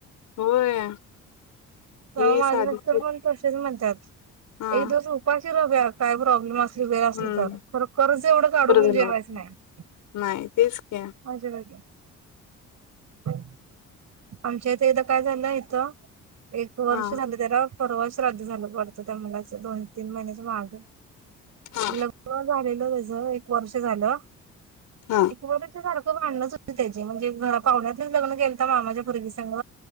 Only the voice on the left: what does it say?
होय
हे
साधीचे
हा
हम्म
कर्ज
नव्हत
नाही तेच की
हा
हा
हा